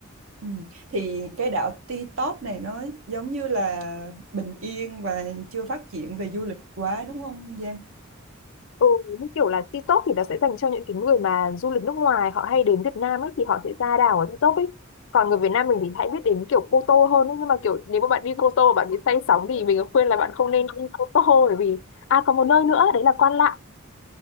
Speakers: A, on the right; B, on the left.
A: Ừ. Thì cái đảo Ti Tốp này nó giống như là bình yên và chưa phát triển về du lịch quá đúng không Giang?
B: ừ như kiểu là TikTok thì nó sẽ dành cho những cái người mà du lịch nước ngoài họ hay đến Việt Nam ấy thì họ sẽ ra đảo ở TikTok ấy còn người Việt Nam mình thì hãy biết đến kiểu Cô Tô hơn ấy. nhưng mà kiểu nếu mà bạn đi Cô Tô mà bạn bị say sóng thì mình khuyên là bạn không nên đi Cô Tô bởi vì à còn một nơi nữa đấy là Quan Lạn